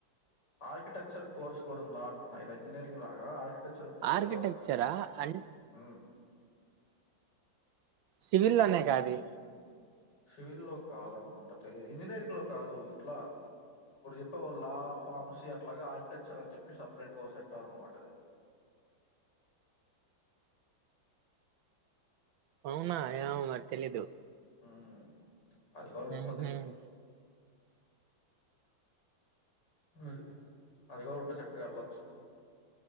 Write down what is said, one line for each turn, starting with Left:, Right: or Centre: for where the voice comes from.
Left: ఆర్కిటెక్చర్ కోర్స్ కూడ ఉందా అంటున్న. ఇలా ఇంజనీరింగ్ లాగా ఆర్ టెక్చర్ ఉండిద్ది
Right: ఆర్కిటెక్చరా
Left: కదా.
Right: అండ్
Left: ఊ
Right: సివిల్ లోనే గా అదీ.
Left: సివిల్లో కాదనుకుంట. తెలీద్ ఇంజిననీరింగ్ లో కాదు ఇట్లా. ఇప్పుడు చెప్ లో లా, ఫార్మసీ అట్ అట్లాగ ఆర్కిటెక్చర్ అని చెప్పి సపరేట్ గా ఓ సెట్ట అవ అనమాటది.
Right: అవునా ఏమో మరి తెలీదు.
Left: హ్మ్. అది గూడ
Right: మ్మ్హ్మ్.
Left: ఉంటది. అది. అది కూడా ఉంటే చక్కగా ఎళ్ళొచ్చు.